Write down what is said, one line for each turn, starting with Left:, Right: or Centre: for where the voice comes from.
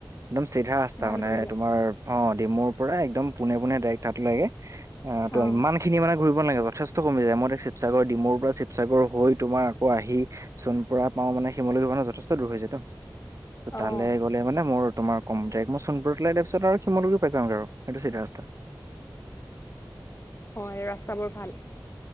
Right: একদম চিধা ৰাস্তা
Left: ভাল
Right: মানে
Left: কৰিলে
Right: তোমাৰ অ', ডিমুৰ পৰা একদম পোনে পোনে ডাইৰেক্ট হাত লাগে অ ত
Left: অঁ
Right: ইমান খিনি মানে ঘূৰিবালাগে, যথেষ্ট কমি যায় মই এটা শিসাগৰ ডিমৰ পৰা শিসাগৰ হৈ তোমাৰ আকৌ আহি, চণপুৰা পাও মানে শিমলী মানৰ যথেষ্ট দূৰ হৈ যায় ত
Left: অঁ
Right: তালৈ মানে, মোৰ তম কমাইক মইোননুৰতলৈাই তাৰপিছ আৰু শিমলুৰি পাই যাওঁগ আৰু, সটো চিা ৰাসা
Left: হয়, ৰাস্তাবোৰ ভাল